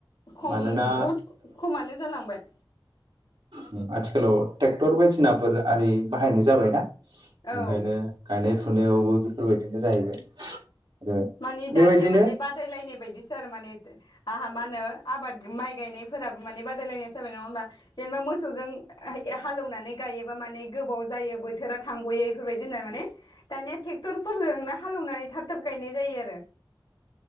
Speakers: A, on the left; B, on the right.
A: खम
B: मानोना
A: बुहुद खमानो जालांबाय।
B: उम आथिखालाव टेक्टर बायदिसिनाफोर आरि बाहायनाय जाबायना ओंखायनो
A: औ
B: गायनाय फु फुनायावबो बेफोरबायदिनो जाहैबाय आरो
A: मानि दानिया
B: बेबायदिनो
A: माने बादायलायनाय बायदिस थारमानेथ आहा मा होनो आबाद माइ गायनायफोराबो माने बादायलायनायसो जाबाय नंङा होमबा जेनेबा मोस सौ जों उय ए हालौनानै गायोबा माने गोबाव जायो बोथोरा थांगयो एफोरबायदि होनना माने दानिया टेक्टर फोरजों ना हालौवनानै थाबथाब गायनाय ज जायो आरो।